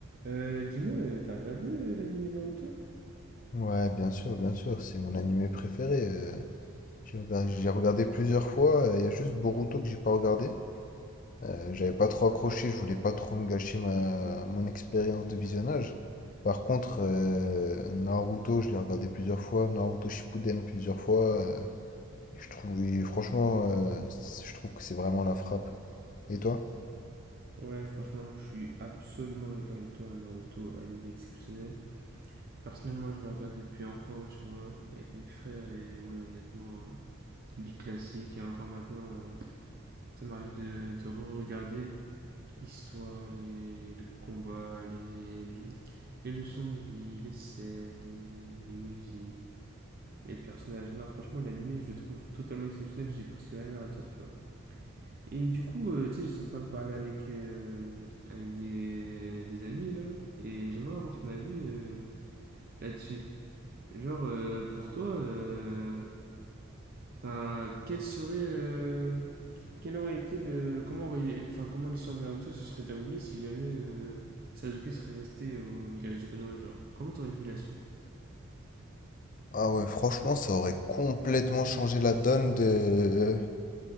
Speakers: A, on the right; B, on the left.
A: Euh, dis-moi, euh, t'as regardé euh, l'anime Naruto?
B: Ouais, bien sûr, bien sûr, c'est mon animé préféré. euh, j'ai regardé, j'ai regardé plusieurs fois, euh, il y a juste Boruto que j'ai pas regardé. Euh, j'avais pas trop accroché, je voulais pas trop me gâcher ma, mon expérience de visionnage. Par contre, euh, Naruto, je l'ai regardé plusieurs fois, Naruto Shippuden plusieurs fois. euh, je trouve, et franchement, euh, je trouve que c'est vraiment la frappe. Et toi?
A: Ouais, franchement, je suis absolument d'accord avec toi. Naruto, anime exceptionnel. Personnellement, je le regarde depuis enfant, tu vois, avec mes frères, et ouais, honnêtement, euh, big classique, et encore maintenant, euh, ça m'arrive de, de re-regarder l'histoire, les, les combats, les, les leçons de vie, les scènes, les, les musiques, les personnages. Non, franchement, l'anime, je le trouve totalement exceptionnel, j'ai presque rien à dire, tu vois. Et du coup, euh, tu sais, j'étais en train de parler avec, euh, avec des, des amis là, et j'aimerais avoir ton avis euh, là-dessus. Genre, euh, pour toi, euh, enfin, quel serait, euh, quel aurait été le, comment aurait- enfin, comment l'histoire de Naruto se serait déroulée si jamais euh, Sasuke serait resté au village de Konoha, genre, comment t'aurais vu la suite?
B: Ah ouais, franchement, ça aurait complètement changé la donne de...